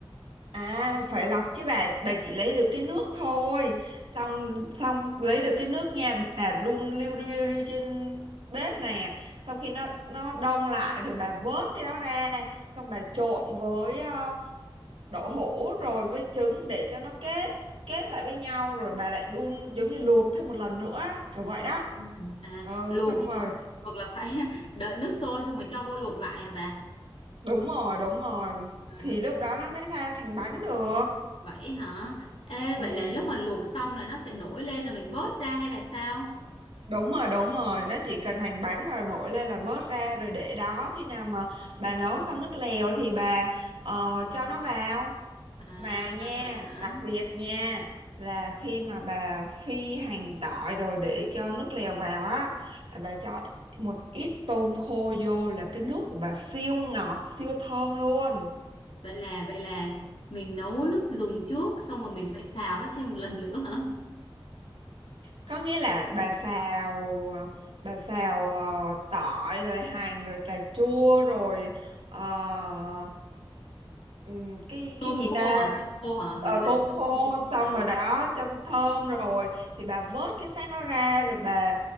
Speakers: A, on the right; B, on the left.
A: à phải lọc chứ bà bà chỉ lấy được cái nước thôi xong xong lấy được cái nước nha bà đun liu riu riu riu trên bếp nè xong khi nó nó đông lại rồi bà vớt cái đó ra xong bà trộn với ờ, đậu hũ rồi với trứng để cho nó kết kết lại với nhau rồi bà lại đun giống như luộc thêm một lần nữa kiểu vậy
B: À,
A: đó
B: à
A: ừ
B: luộc
A: xong rồi
B: luộc luộc là phải <laughs> đợi nước sôi xong rồi cho vô luộc lại hả bà?
A: đúng rồi đúng rồi
B: Ừ.
A: thì lúc đó nó mới ra thành bánh được
B: Vậy hả? Ê, vậy
A: ừ
B: là lúc mà luộc xong là nó sẽ nổi lên là mình vớt ra hay là sao?
A: Đúng rồi, đúng rồi, nó chỉ cần hành bánh và nổi lên là vớt ra rồi để đó khi nào mà bà nấu xong nước lèo thì bà ờ, cho nó vào.
B: À,
A: Mà nha,
B: vậy hả?
A: đặc biệt nha là khi mà bà phi hành tỏi rồi để cho nước lèo vào á là bà cho một ít tôm khô vô là cái nước của bà siêu ngọt, siêu thơm luôn.
B: Vậy là vậy là mình nấu nước dùng trước xong rồi mình phải xào nó thêm một lần nữa hả?
A: có nghĩa là bà xào bà xào ờ, tỏi rồi hành rồi cà chua rồi ờ, ừm, cái
B: Tôm
A: cái gì
B: khô
A: ta
B: hả? Tôm khô hả? Vừa
A: Ờ,
B: nãy bạn
A: tôm
B: nói tôm
A: khô
B: khô. À,
A: xong rồi đó cho thơm rồi thì bà vớt cái xác nó ra rồi bà